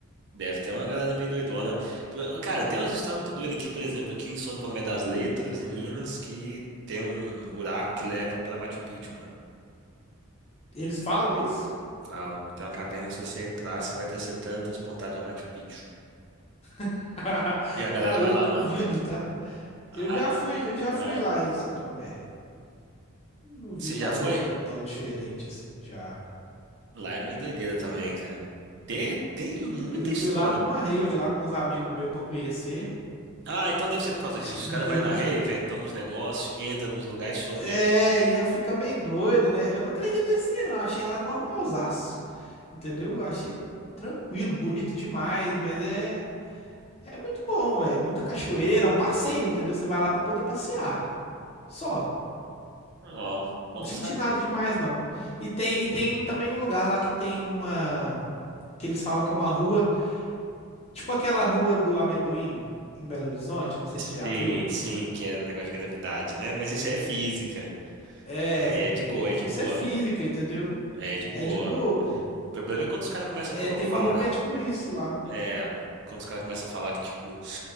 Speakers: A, on the right; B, on the left.
A: Deve ter uma galera meio doidona. Pro- Cara, tem umas histórias muito doidas aqui, por exemplo, aqui em São Tomé das Letras, em Minas, que tem um buraco que leva pra Machu Picchu, mano.
B: Eles falam isso?
A: Falam, tem uma caverna que se você entrar, você vai ter ser tran- transportado a Machu Picchu.
B: <laughs>
A: E a galera
B: Ah, eu
A: vai lá,
B: duvido,
A: mano, vai.
B: tá?
A: Ah,
B: Eu já fui, eu já
A: ah,
B: fui lá em São Tomé. Não vi
A: você
B: nada,
A: já foi?
B: tipo, tão diferente assim, já.
A: Lá é meio doideira também, cara. Tem, tem muita
B: Mas eu
A: história,
B: fui lá pra
A: mano.
B: uma rave
A: Ah.
B: lá com uns amigos meus pra conhecer,
A: Ah, então deve ser por causa
B: <laughs>
A: disso. Os caras
B: entendeu?
A: vai na rave, aí toma os negócios, entra nos lugares e some
B: É,
A: mesmo.
B: e já fica meio doido, né? Eu não acredito nesse trem, não. Achei lá normalzaço, entendeu? Achei tranquilo, bonito demais, mas é, é muito bom, velho. Muita cachoeira, é um passeio, entendeu? Você vai lá pra poder passear. Só.
A: Ó, bom
B: Não senti
A: saber.
B: nada demais, não. E tem, e tem também um lugar lá que tem uma. Que eles falam que é uma rua. Tipo aquela rua do amendoim em Belo Horizonte. Não sei
A: Sim,
B: se você já viu.
A: sim, que é um negócio de gravidade, né? Mas isso aí é física.
B: É.
A: Aí é de boa, é de
B: Isso
A: boa.
B: é física, entendeu?
A: É de boa.
B: É de boa, pô.
A: O problema é quando os caras começam
B: É,
A: a colo-
B: tem
A: falar.
B: uma rua que é tipo isso lá.
A: É. Quando os caras começam a falar que, tipo,